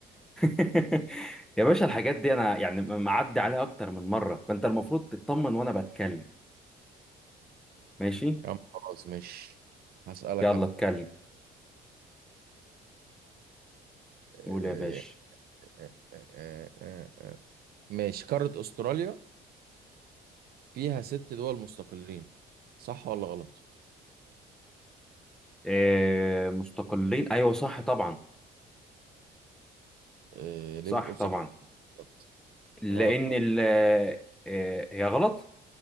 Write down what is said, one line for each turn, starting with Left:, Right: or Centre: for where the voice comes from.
Centre: <laughs> يا باشا الحاجات دي انا يعني م- معدي عليها اكتر من مره فانت المفروض تطمن وانا بتكلم ماشي
Right: يا عم خلاص ماشي هسألك
Centre: يلا
Right: انا
Centre: اتكلم
Right: آه،
Centre: قول يا باشا
Right: آه، آه، آه، آه. ماشي قارة استراليا فيها ست دول مستقلين صح ولا غلط
Centre: آه، مستقلين ايوه صح طبعا
Right: آه، ليه
Centre: صح
Right: بتقول صح
Centre: طبعا
Right: غلط
Centre: لان
Right: غلط طبعا
Centre: ال آه، هي غلط